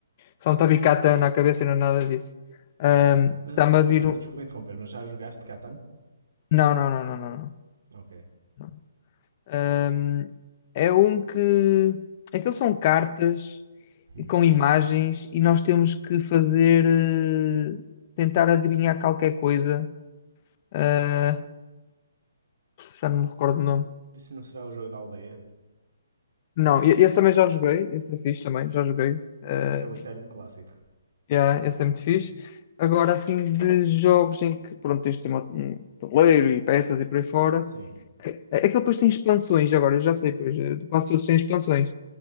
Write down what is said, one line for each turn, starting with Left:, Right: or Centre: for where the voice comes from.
Left: Só me está na cabeça e não é nada disso. Ahm,
Right: ok. Mas
Left: está-me
Right: ah, desculpa,
Left: a vir
Right: desculpa
Left: um.
Right: interromper, mas já jogaste Catan?
Left: Não, não, não, não, não, não.
Right: Ok.
Left: não. Ahm, é um que. Aqueles são cartas
Right: Hum.
Left: e com imagens e nós temos que fazer. eh, tentar adivinhar qualquer coisa. Ah, já não me recordo o nome.
Right: Isso não será o jogo da aldeia?
Left: Não, e- esse também já joguei. Esse é fixe também, já joguei. Ah,
Right: Esse é o eterno clássico.
Left: Yeah, esse é muito fixe. Agora, assim, de jogos em que, pronto, tens de ter uma- um tabuleiro e peças e por aí fora.
Right: Sim.
Left: É- é- Aquele depois tem expansões, agora, eu já sei, pois, eh, quase todos têm expansões.